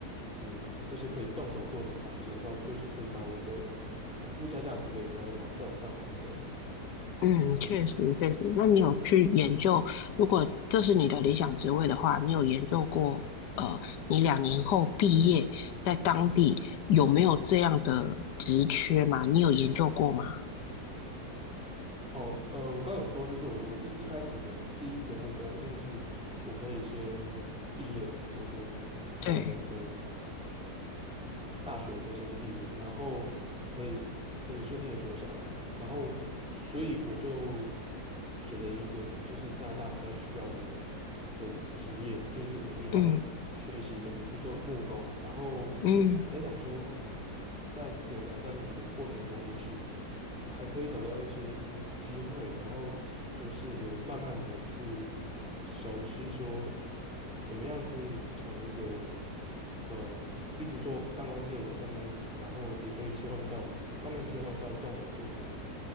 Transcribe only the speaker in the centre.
嗯，这些可以动手做的环节的话，就是可以把我的附加价值可以再往再往上提升。
哦，呃，我刚有说，就是我一一开始的第一个目标一定是我可以先毕业嘛，我的两年的
大学我可以先毕业，然后可以可以顺利的留下来，然后所以我就选了一个就是加拿大比较需要的的职业，就是我去当学习怎么去做木工，
然后我在想说，
在这个两三年的过程中，也许还可以找到一些机会，然后是就是也慢慢的去熟悉说怎么样可以从一个。呃一直做办公室的上班族，然后也可以切换到慢慢切换到动手做的